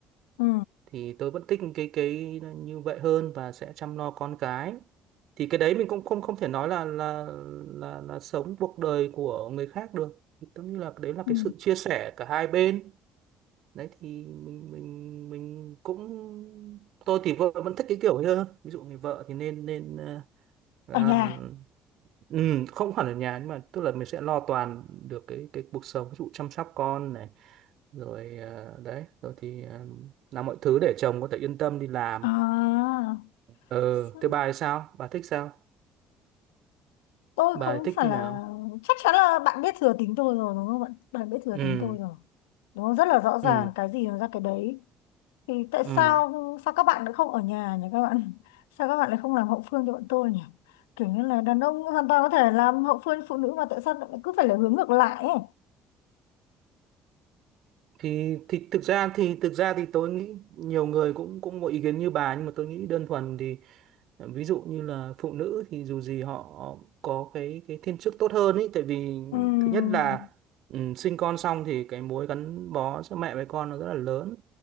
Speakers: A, on the left (about 75°); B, on the right (about 60°).
A: ừ
B: thì tôi vẫn thích cái cái như vậy hơn và sẽ chăm lo con cái thì cái đấy mình cũng không không thể nói là là là là sống cuộc đời của người khác được thì tôi nghĩ là đấy là
A: ừ
B: cái sự chia sẻ cả hai bên đấy thì mình mình mình cũng tôi thì vợ vẫn thích cái kiểu ấy hơn ví dụ người vợ thì nên nên ờ, à,
A: ở nhà
B: Ừ, không hẳn ở nhà nhưng mà tức là mình sẽ lo toàn được cái cái cuộc sống ví dụ chăm sóc con này rồi ờ, đấy rồi thì ờ, làm mọi thứ để chồng có thể yên tâm đi làm
A: à
B: ừ
A: sao-
B: thế bà thì sao bà thích sao
A: tôi
B: bà
A: không
B: thì thích
A: phải
B: như
A: là
B: nào
A: chắc chắn là bạn biết thừa tính tôi rồi đúng không bạn bạn biết thừa
B: ừ
A: tính tôi rồi đúng không rất là rõ ràng
B: ừ
A: cái gì nó ra cái đấy thì tại
B: ừ
A: sao sao các bạn lại không ở nhà nhỉ các bạn sao các bạn lại không làm hậu phương cho bọn tôi nhỉ kiểu như là đàn ông hoàn toàn có thể làm hậu phương cho phụ nữ mà tại sao lại cứ phải là hướng ngược lại ấy
B: thì thì thực ra thì thực ra thì tôi nghĩ nhiều người cũng cũng có ý kiến như bà nhưng mà tôi nghĩ đơn thuần thì ví dụ như là phụ nữ thì dù gì họ có cái cái thiên chức tốt hơn ấy tại vì
A: Ừm,
B: thứ nhất là ừ, sinh con xong thì cái mối gắn bó giữa mẹ với con nó rất là lớn